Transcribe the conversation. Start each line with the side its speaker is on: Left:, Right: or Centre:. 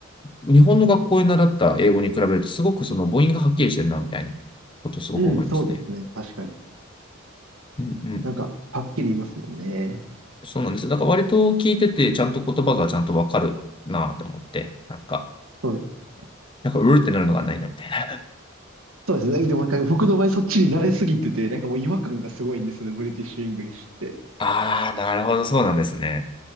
Left: 日本の学校で習った英語に比べると、すごくその母音がはっきりしてるな、みたいなことをすごく思いますね。
Right: うん、そうですね。確かに。
Left: うんうん。
Right: なんか、はっきり言いますもんね。
Left: そうなんですよ。だから割と聞いてて、ちゃんと言葉がちゃんとわかるなって思って、なんか、
Right: そうですね。
Left: なんか、うるってなるのがないな、みたいな。<laughs>
Right: そうですね。でもなんか僕の場合そっちに慣れすぎてて、なんかもう違和感がすごいんですよね、ブリティッシュ・イングリッシュって。
Left: ああ、なるほど、そうなんですね。